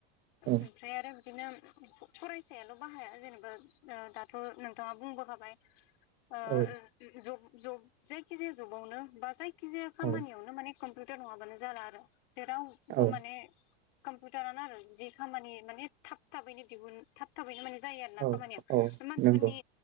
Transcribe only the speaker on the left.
ओमफ्राय आरो। बिदिनो फरायसायाल बाहाया जेनेबा दाथ नोंथाङा बुंबोखाबाय। ओ
ज जायखिजाया जबावनो बा जाय खि जायामानियावनो
माने। कम्पिउटार नङाबानो जाला आरो। जेरावबो
माने। कमपिउटार आनो जि खामानि माने थाब थाबैनो दिहुन थाब थाब बैदि माने जायो आरो ना
खामानिया
मानसिफोरनि